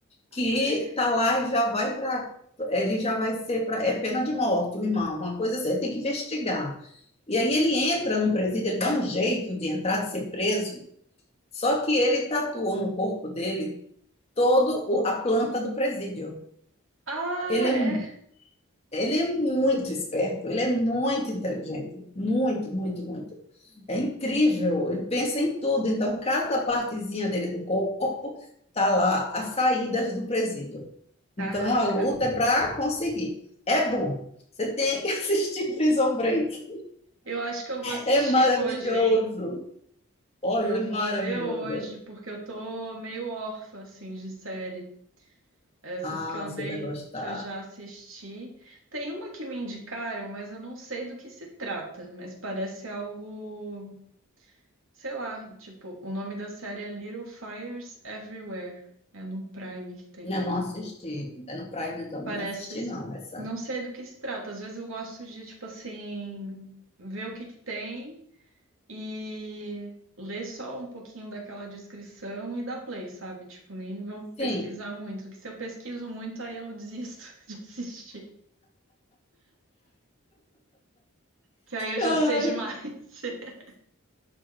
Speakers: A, on the right; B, on the left.
A: Ah,
B: que
A: é.
B: tá lá e já vai para ele já vai ser para é pena de morte, o irmão, uma coisa assim, ele tem que investigar. E aí ele entra no presídio, ele dá um jeito de entrar, de ser preso, só que ele tatuou no corpo dele todo o- a planta do presídio.
A: Ah,
B: Ele é,
A: é.
B: mu- ele é muito esperto, ele é muito inteligente, muito, muito, muito. É incrível, ele pensa em tudo. Então, cada partezinha dele do corpo tá lá, as saídas do presídio.
A: Caraca.
B: Então, a luta é para conseguir. É bom. Você tem que <laughs> assistir Prison Break.
A: Eu acho que eu vou assistir
B: É maravilhoso.
A: hoje, hein?
B: Olha,
A: Eu
B: é
A: vou
B: maravilhoso.
A: ver hoje, porque eu tô meio órfã, assim, de série. Essas
B: Ah,
A: que eu andei,
B: você vai gostar.
A: que eu já assisti. Tem uma que me indicaram, mas eu não sei do que se trata. Mas parece algo, sei lá, tipo, o nome da série é Little Fires Everywhere. É no Prime que tem.
B: Não, não assisti. É no Prime, eu também
A: Parece,
B: não assisti, não, essa.
A: não sei do que se trata. Às vezes eu gosto de, tipo assim, ver o que que tem. e ler só um pouquinho daquela descrição e dar play, sabe? Tipo, nem vou
B: Sim.
A: pesquisar muito, que se eu pesquiso muito, aí eu <laughs> desisto de assistir, que aí eu já
B: Ai.
A: sei demais. <laughs>